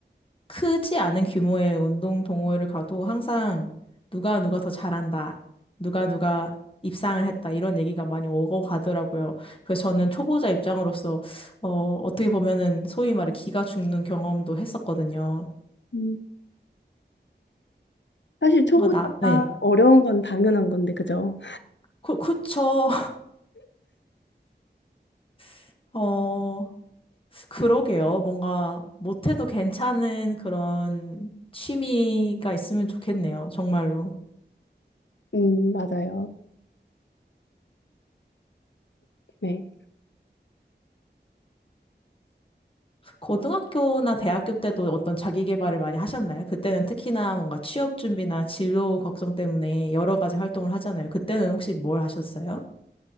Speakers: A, on the left; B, on the left.
A: 크지 않은 규모의 운동 동호회를 가도 항상 누가 누가 더 잘한다. 누가 누가 입상을 했다. 이런 얘기가 많이 오고 가더라고요. 그래서 저는 초보자 입장으로서, 어, 어떻게 보면은 소위 말해 기가 죽는 경험도 했었거든요.
B: 음, 사실 초보자가
A: 뭔가 나, 네.
B: 어려운 건 당연한 건데, 그죠?
A: 그, 그쵸. <laughs> 어, 그러게요. 뭔가 못해도 괜찮은 그런 취미가 있으면 좋겠네요. 정말로.
B: 음, 맞아요. 네.
A: 고등학교나 대학교 때도 어떤 자기 개발을 많이 하셨나요? 그때는 특히나 뭔가 취업 준비나 진로 걱정 때문에 여러 가지 활동을 하잖아요. 그때는 혹시 뭘 하셨어요?